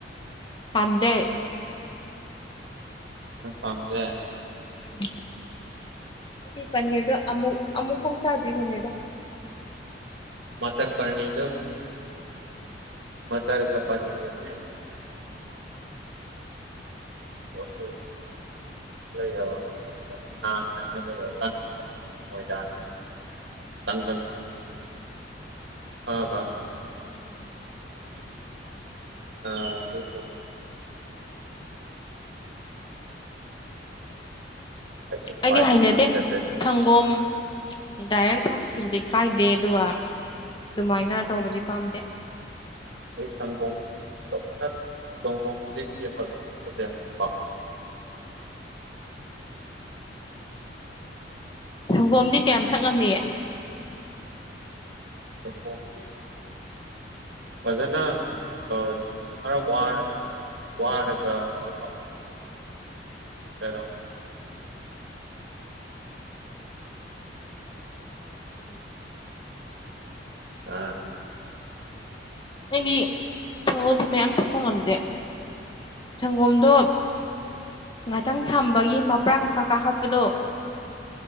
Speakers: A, on the left; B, on the right.
A: ꯇꯗꯦ
B: ꯄꯝꯄ
A: ꯎꯝ ꯑꯗꯨꯗꯤ ꯄꯅꯤꯔꯗꯣ ꯑꯃꯨꯛ ꯑꯃꯨꯛ ꯐ ꯆꯥꯗ꯭ꯔꯤ ꯄꯅꯤꯔꯗꯣ
B: ꯃꯊꯔ ꯄꯅꯤꯔ
A: ꯎꯝ
B: ꯃꯆꯥꯥꯔ ꯀꯄꯅꯤꯔꯒꯅꯦꯦ
A: ꯎꯝ
B: ꯈꯣꯏ ꯌꯥꯕ
A: ꯎꯝ
B: ꯂꯩꯪ ꯃꯣꯏꯅ
A: ꯎꯝ
B: ꯆꯪꯗꯪ ꯑꯥ ꯋꯥ
A: ꯎꯝ
B: ꯑ ꯑꯗꯨ ꯑꯩꯒꯤ ꯈ꯭ꯋꯥꯏꯗꯒꯤ
A: ꯑꯩꯗꯤ ꯍꯩꯅꯗꯦ
B: ꯐꯦꯚꯔꯦꯠ
A: ꯁꯪꯒꯣꯝ ꯗꯥꯏꯔꯦꯛ ꯊꯛꯈꯤꯕꯗꯤ ꯀꯥꯏꯗꯦ ꯑꯗꯨꯒ ꯑꯗꯨꯃꯥꯏꯅ ꯇꯧꯕꯗꯤ ꯄꯥꯝꯗꯦ
B: ꯑꯩ ꯁꯪꯀꯣ <unintelligible> <unintelligible>
A: ꯁꯪꯒꯣꯝꯗꯤ ꯀꯌꯥꯝ ꯊꯛꯉꯝꯃꯤ
B: ꯇꯤ ꯐꯖꯅ ꯑ ꯐꯔ ꯋꯥꯔꯗꯅ ꯋꯥꯔꯒꯄ ꯔ
A: ꯎꯝ
B: ꯑꯥ
A: ꯅꯪꯗꯤ ꯁꯪꯒꯣꯁꯨ ꯃꯌꯥꯝ ꯊꯛꯄ ꯉꯝꯗꯦ ꯁꯪꯒꯣꯝꯗꯣ ꯉꯥꯛꯇꯪ ꯊꯝꯕ ꯃꯄ ꯀꯥꯈꯠꯄꯗꯣ